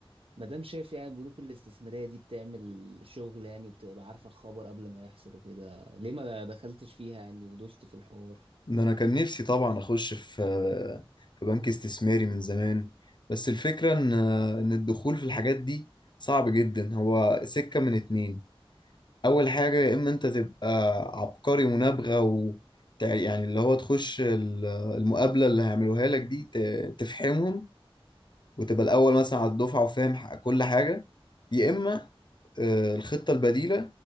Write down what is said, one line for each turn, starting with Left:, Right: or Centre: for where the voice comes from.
Right: مادام شايف يعني البنوك الاستثمارية دي بتعمل شغل يعني وبتبقى عارفة الخبر قبل ما يحصل وكده ليه ما دخلتش فيها يعني ودوست في الحوار؟
Left: ان انا كان نفسي طبعا اخش في في بنك استثماري من زمان بس الفكرة ان ان الدخول في الحاجات دي صعب جدا هو سكة من اتنين اول حاجة يا اما انت تبقى عبقري منابغة و تع- يعني اللي هو تخش ال- المقابلة اللي هيعملوها لك دي ت- تفحمهم وتبقى الاول مثلا على الدفعه وفاهم ح- كل حاجه يا اما آه، الخطه البديله